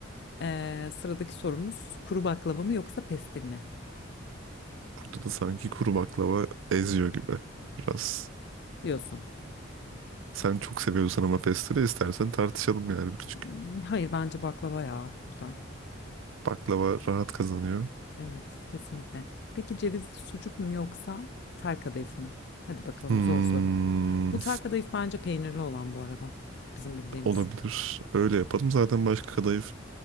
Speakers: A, on the left; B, on the right.
A: Ee, sıradaki sorumuz kuru baklava mı yoksa pestil mi
B: Burada da sanki kuru baklava eziyor gibi biraz.
A: diyorsun.
B: Sen çok seviyorsan ama pestire istersen tartışalım yani bir küçük.
A: Hmm, Hayır bence baklava ya buradan.
B: Baklava rahat kazanıyor.
A: Evet kesinlikle. Peki cevizli sucuk mu yoksa tel kadayıf mı? Hadi bakalım
B: Hmm,
A: zor soru. Bu tel kadayıf bence peynirli olan bu arada bizim bildiğimiz.
B: olabilir. Öyle yapalım. Zaten başka kadayıf